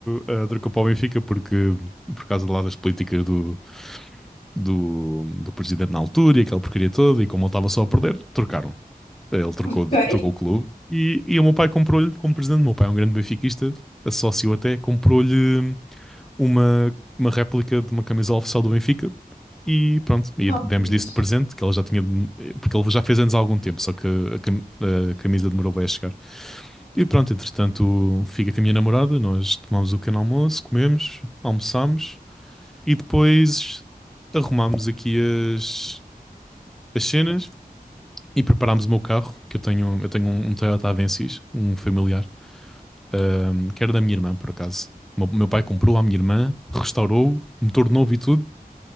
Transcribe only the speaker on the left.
Ok.
Oh,
meu Deus.